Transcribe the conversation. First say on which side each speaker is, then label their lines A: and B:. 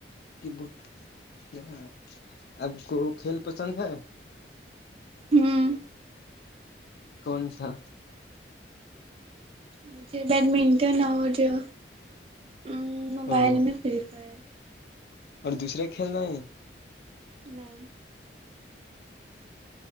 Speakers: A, on the left (about 55°); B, on the right (about 30°).
A: کی یہاں آب کو کھیل پسند ہے
B: ہوں
A: کون سا
B: مجھے بیڈمنٹن اور جو ام موبائل
A: او
B: میں فری فائر
A: اور دوسرا کھیلنا ہے
B: نہیں